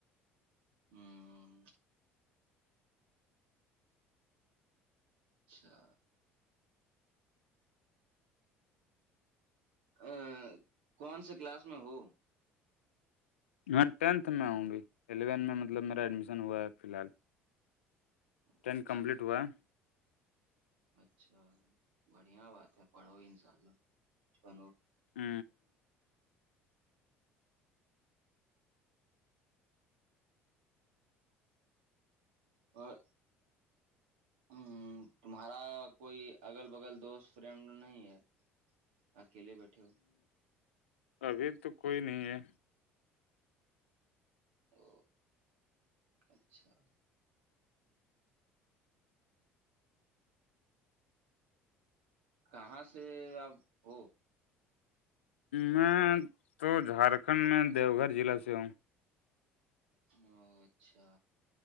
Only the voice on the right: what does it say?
ہوں اچھا ا کون سے کلاس میں ہو
اچھا
اچھا بڑھیا بات ہے پڑھوگے انشاء اللہ کچھ بنو
اور ہ تمہارا کوئی اگل بگل دوست فرینڈ نہیں ہے اکیلے بیٹھے ہو
او اچھا کہاں سے آپ ہو
او اچھا